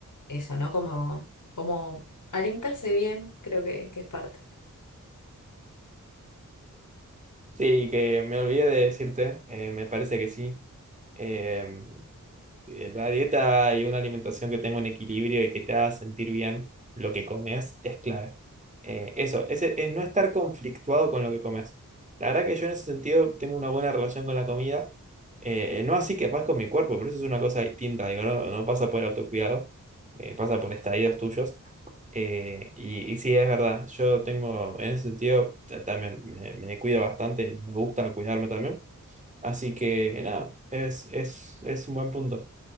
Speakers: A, on the left (about 65°); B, on the right (about 25°).
A: eso, ¿no? Como, como alimentarse bien, creo que, que es parte.
B: Sí, que me olvidé de decirte, eh, me parece que sí. Eh, eh, Una dieta y una alimentación que tenga un equilibrio y que te haga sentir bien lo que comes es clave. Eh, eso, es, es no estar conflictuado con lo que comes. La verdad que yo en ese sentido tengo una buena relación con la comida. Eh, no así que pasa con mi cuerpo, pero eso es una cosa distinta. Digo, no, no pasa por el autocuidado, eh, pasa por estadios tuyos. Eh, y, y sí, es verdad. Yo tengo, en ese sentido, ta- también me, me cuido bastante y me gusta cuidarme también. Así que nada, es, es, es un buen punto.